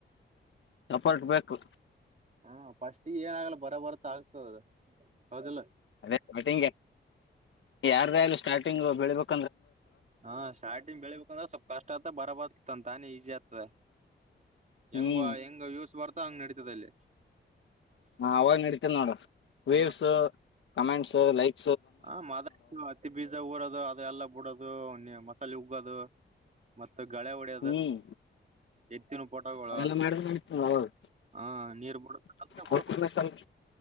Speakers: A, on the left; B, on the right.
A: ಎಫರ್ಟ್ ಬೇಕು
B: ಹ ಫಸ್ಟ್ ಏನ ಆಗಲ್ಲ ಬರ ಬರ್ತಾ ಆಗ್ತದದು ಹೌದಲ್ಲ
A: ಅದೇ ಸ್ಟಾರ್ಟಿಂಗ್ ಯಾರ್ದೇ ಆಗ್ಲಿ ಸ್ಟಾರ್ಟಿಂಗ್ ಬೆಳಿಬೇಕು
B: ಹಾ ಸ್ಟಾರ್ಟಿಂಗ್ ಬೆಳಿಬೇಕಂದ್ರೆ ಸ್ವಲ್ಪ ಕಷ್ಟ ಆತ ಬರಬರಂತಾನೆ ಈಜಿ ಆಗ್ತದೆ ಹೆಂಗ
A: ಹ್ಮ್
B: ಹೆಂಗ ವಿವ್ಸ್ ಬರ್ತಾ ಹಂಗ್ ನಡೀತದ ಅಲ್ಲಿ
A: ಹಾ ಅವಾಗ್ ನಡಿತನ ನೋಡ ವಿವ್ಸ್
B: ಹ
A: ಕಮೆಂಟ್ಸ್ ಲೈಕ್
B: ಹ ಮಾದ ಹತ್ತಿ ಬೀಜ ಊರದು ಅದ ಎಲ್ಲ ಬಿಡದು ನೀ ಮಸಾಲೆ ಉಗ್ಗೋದು ಮತ್ತ ಗಳೆ ಹೊಡೆಯೋದು
A: ಹ್ಮ್
B: ಎತ್ತಿನ ಪೋಟೋಗಳು
A: ಅವೆಲ್ಲ ಮಾಡಿದ್ರ ನಡೀತದ ನೋಡ ಅವಾಗ
B: ಹಾ ನೀರ್ ಬಿಡ <unintelligible>
A: ಅವಕನ್ನ ಸ್ವಲ್ಪ